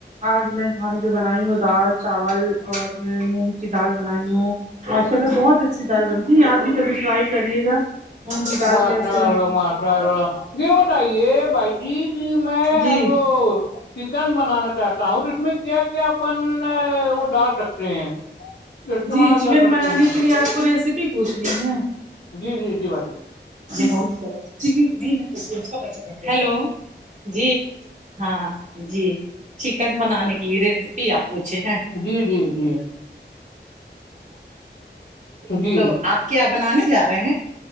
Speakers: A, on the right; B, on the left.
A: آج میں کھانے پہ بنائی ہوں دال چاول اور میں مونگ کی دال بنائی ہوں ماشاء اللہ بہت اچھی دال بنتی ہے آپ بھی کبھی فٹرائی کریے گا مونگ کی دال
B: مشلہا
A: کیسے بن
B: مشلہا گ ہوتئی ہے بائیٹی میں
A: جی
B: وہ چکن بنانا چاہتا ہوں اور اس میں کیا کیا اپن وہ ڈال سکتے ہیں استعمال
A: جی چکن
B: کر سکتے
A: بنانے
B: ہیں
A: کے لیے آپ کو ریسیپی پوچھ رہی ہے
B: جی جی جی بھائی
A: بہت کا ہیلو جی ہاں جی چکن بنانے کے لیے ریسیپی آپ پوچھے ہیں
B: جی جی جی جی
A: تو آپ کیا بنانے جا رہے ہیں